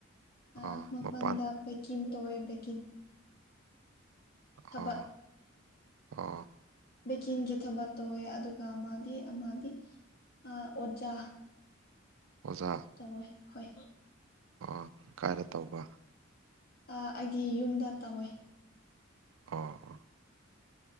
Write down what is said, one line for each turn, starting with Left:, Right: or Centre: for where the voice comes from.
Left: ꯑ
Right: ꯑꯣ
Left: ꯃꯄꯟꯗ
Right: ꯃꯄꯥꯟ
Left: ꯕꯦꯀꯤꯟ ꯇꯧꯋꯦ ꯕꯦꯀꯤꯟ ꯊꯕꯛ
Right: ꯑꯣ ꯑꯣ
Left: ꯕꯦꯀꯤꯡꯒꯤ ꯊꯕꯛ ꯇꯧꯋꯦ ꯑꯗꯨꯒ ꯃꯗꯤ ꯑꯃꯗꯤ ꯑ ꯑꯣꯖꯥ
Right: ꯑꯣꯖꯥ
Left: ꯇꯧꯋꯦ ꯍꯣꯏ
Right: ꯑꯣ ꯀꯥꯏꯗ ꯇꯧꯕ
Left: ꯑ ꯑꯩꯒꯤ ꯌꯨꯝꯗ ꯇꯧꯋꯦ
Right: ꯑꯣꯑꯣ